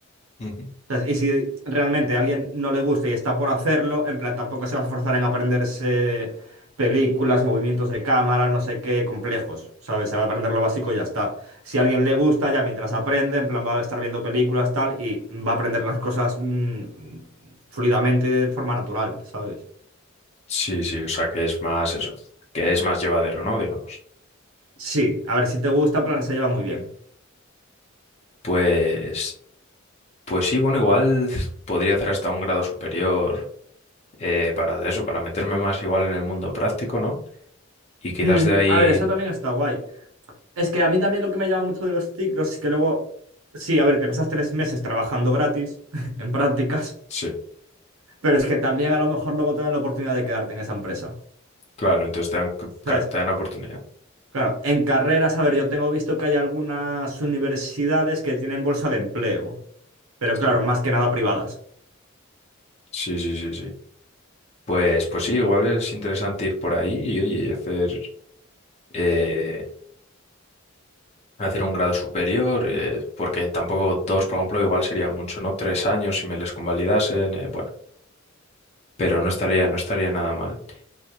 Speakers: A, on the left (about 30°); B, on the right (about 80°).
A: Ujú.
B: Entonces, y si realmente a alguien no le gusta y está por hacerlo, en plan, tampoco se va a esforzar en aprenderse películas, movimientos de cámara, no sé qué, complejos, ¿sabes? Se va a aprender lo básico y ya está. Si a alguien le gusta, ya mientras aprende, en plan, va a estar viendo películas, tal, y va a aprender las cosas mm, fluidamente de forma natural, ¿sabes?
A: Sí, sí, o sea, que es más eso, que es más llevadero, ¿no? Digamos.
B: Sí, a ver, si te gusta, en plan, se lleva muy bien.
A: Pues, pues sí, bueno, igual podría hacer hasta un grado superior eh, para eso, para meterme más igual en el mundo práctico, ¿no? Y quizás
B: Mm,
A: de ahí,
B: a ver, eso también está guay. Es que a mí también lo que me llama mucho de los ciclos es que luego, sí, a ver, te pasas tres meses trabajando gratis <laughs> en prácticas,
A: sí,
B: pero es que también a lo mejor luego te dan la oportunidad de quedarte en esa empresa.
A: claro, entonces te dan, claro,
B: ¿Sabes?
A: te dan oportunidad
B: Claro, en carreras, a ver, yo tengo visto que hay algunas universidades que tienen bolsa de empleo, pero
A: Sí,
B: claro, más que nada privadas.
A: sí, sí, sí, sí. Pues, pues sí, igual es interesante ir por ahí y, oye, y hacer, eh, hacer un grado superior, eh, porque tampoco dos, por ejemplo, igual sería mucho, ¿no? Tres años si me les convalidasen, eh, bueno, pero no estaría, no estaría nada mal.